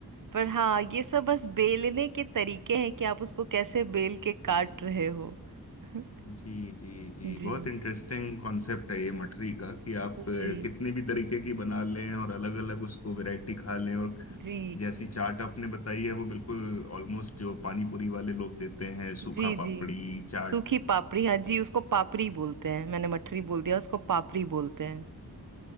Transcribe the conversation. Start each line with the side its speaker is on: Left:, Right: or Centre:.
Right: पर हाँ ये सब बस बेलने के तरीके हैं कि आप उसको कैसे बेल के काट रहे हो <laughs>
Left: जी जी जी
Right: जी
Left: बहुत इंटरेस्टिंग कॉन्सेप्ट है ये मठरी का कि आप अ,
Right: जी
Left: कितने भी तरीके की बना लें और अलग अलग उसको वैरायटी खा लें और
Right: जी
Left: जैसी चाट आपने बताई है वो बिल्कुल ऑलमोस्ट जो पानी पूरी वाले लोग देते हैं सूखा
Right: जी
Left: पापड़ी
Right: जी
Left: चाट
Right: सूखी पापड़ी हाँ जी उसको पापड़ी बोलते हैं मैंने मठरी बोल दिया उसको पापड़ी बोलते हैं